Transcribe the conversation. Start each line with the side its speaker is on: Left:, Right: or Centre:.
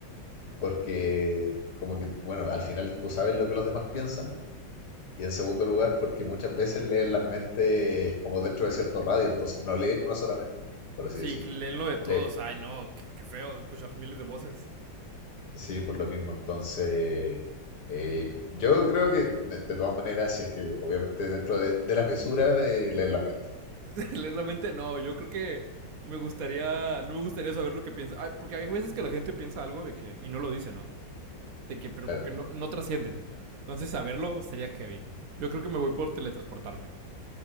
Left: porque como que, bueno, al final tú sabes lo que los demás piensan Y en segundo lugar, porque muchas veces leen las mentes como dentro de cierto radio, entonces no leen una sola mente, por así
Right: Sí,
Left: decirlo.
Right: leen lo de todos.
Left: Leen,
Right: Ay, no, qué, qué feo escuchar miles de voces.
Left: sí, por lo mismo. Entonces, eh, yo creo que de, de todas maneras, si es que obviamente dentro de, de la mesura, eh, leen las mentes.
Right: <laughs> leer la mente, no. Yo creo que me gustaría, no me gustaría saber lo que piensa. Ay, porque hay veces que la gente piensa algo de que, y no lo dice, ¿no? De que, pero
Left: Claro,
Right: que no, no trasciende. Entonces, saberlo sería heavy. Yo creo que me voy por teletransportarme.